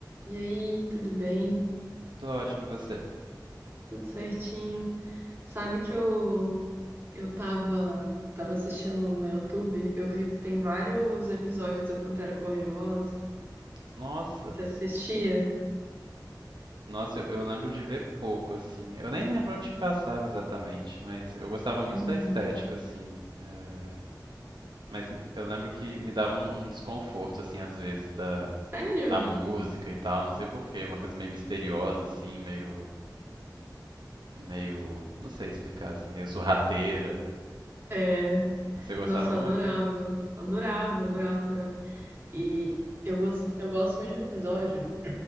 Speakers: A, on the right (about 30°); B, on the right (about 85°).
A: E aí, tudo bem?
B: Tô ótimo, e você?
A: Tudo certinho? Sabe que eu eu tava tava assistindo no YouTube, eu vi que tem vários episódios da Pantera Cor-de-Rosa.
B: Nossa,
A: Você assistia?
B: nossa, eu, eu lembro de ver pouco, assim. Eu nem lembro onde passava exatamente, mas eu gostava muito
A: Uhum.
B: da estética, assim. eh, Mas me- eu lembro que me dava um, um desconforto, assim, às vezes, da
A: Sério?
B: a música e tal, não sei por quê, uma coisa meio misteriosa, assim, meio, meio, não sei explicar, assim, meio sorrateira.
A: É,
B: Você gostava
A: nossa,
B: muito?
A: eu adorava. Adorava, adorava, adorava. E eu gosto eu gosto muito de episódio